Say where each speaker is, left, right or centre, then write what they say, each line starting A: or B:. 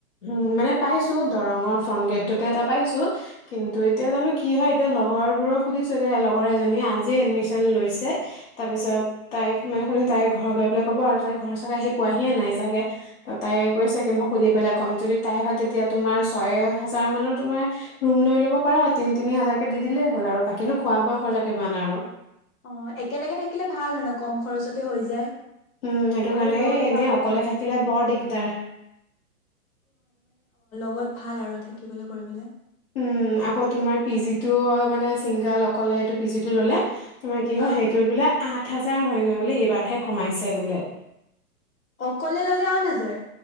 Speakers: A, on the left (about 40°); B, on the left (about 65°).
A: উম, মানে পাইছোঁ, দৰঙৰ, ফ্ৰণ্ট গেটটোতে এটা পাইছোঁ। কিন্তু, এতিয়া জানো কি হয়। এতিয়া লগৰবোৰক সুধিছোঁ দে। লগৰ এজনীয়ে আজি এডমিশ্যন লৈছে। তাৰ পিছত, তাইক, মানেসুধিছোঁ, তাই ঘৰ গৈ পেলাই ক'ব আৰু, তাই ঘৰ চাগে আহি পোৱাহিয়েই নাই, চাগে, ত', তাই কৈছে কি, মোক সুধি পেলাই ক, কম যদি তাই হয়, তেতিয়া তোমাৰ ছয় হাজাৰমানৰ তোমাৰ ৰুম লৈ ল'ব পাৰা। তিনি-তিনি হাজাৰকে দি দিলেই হ'ল। আৰু, বাকীনো খোৱা-বোৱা খৰচা কিমান আৰু,
B: অ', একেলগে থাকিলে ভাল, আৰু কম খৰচতে হৈ যায়।
A: উম, সেইটো
B: আৰু
A: কাৰণে,
B: লগ
A: এনেই
B: এটা হ'লেও
A: অকলে
B: ভাল
A: থাকিলে বৰ দিগদাৰ,
B: বহুত ভাল আৰু থাকিবলৈ-কৰিবলৈ,
A: উম, 'আকৌ তোমাৰ পি- জিটো অ', মানে, ছিংগল, অকলে এইটো পি -জিটো ল'লে, তোমাৰ কি হয়,
B: অ
A: সেইটোৰ বোলে আঠ -হাজাৰ হৈ গৈ, সেইবুলি, এইবাৰহে কমাইছে বোলে।
B: অকলে ল'লে, আঠ- হাজাৰ?